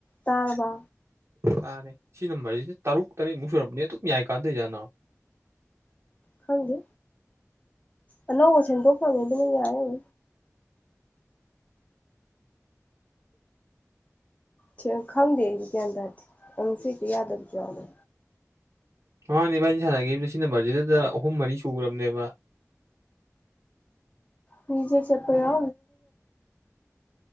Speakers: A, on the left (about 25°); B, on the right (about 55°).
A: ꯇꯥꯔꯥꯕ
B: ꯇꯥꯔꯦ ꯁꯤ ꯅꯝꯕꯔꯁꯤ ꯇꯔꯨꯛ ꯇꯔꯦꯠꯃꯨꯛ ꯁꯨꯔꯕꯝꯕꯅꯦ ꯑꯗꯨꯝ ꯌꯥꯏ ꯀꯥꯟꯗꯣꯏꯖꯥꯅꯣ
A: ꯈꯪꯗꯦ ꯑꯅꯧꯕ ꯁꯦꯝꯗꯣꯛ ꯐꯪꯉꯤꯗꯨꯅ ꯌꯥꯏ ꯊꯦꯡ ꯈꯪꯗꯦ ꯑꯩꯗꯤ ꯒ꯭ꯌꯥꯟ ꯇꯥꯔꯗꯤ ꯅꯪ ꯁꯛꯇ ꯌꯥꯗꯕꯁꯨ ꯌꯥꯎꯅꯦ
B: ꯃꯥꯅꯦꯚꯕꯥ ꯑꯩꯅ ꯁꯥꯟꯅꯈꯤꯕꯁ ꯁꯤ ꯅꯝꯕꯔꯁꯤꯗ ꯑꯍꯨꯝ ꯃꯔꯤ ꯁꯨꯈ꯭ꯔꯔꯕꯅꯦꯕ
A: ꯃꯤꯆꯦ ꯆꯄ ꯌꯥ